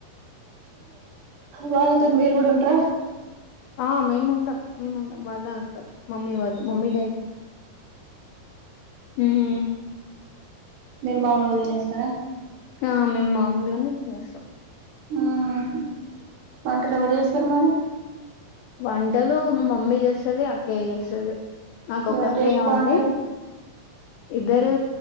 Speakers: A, on the right; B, on the left.
A: వాళ్ళతోని మీరుగుడ ఉంట్ర
B: ఆ మేము ఉండం మేము ఉండం వాళ్లే ఉంటారు మమ్మీ వాళ్లు మమ్మీ డాడీ ఉం
A: మీరు మాముూలుగా దినేస్తరా
B: ఆ మేము మామలుగానే తినేస్తం
A: మ్మ్ వంటలు ఎవరు చేస్తరు మరి
B: వంటలు మా మమ్మీ చేస్తది అక్కయ్య చేస్తది నాకు ఒక
A: ఎవరి
B: అక్కయ్యే
A: టేస్ట్ బాగుంటది
B: ఉంది ఇద్ ఇద్దరు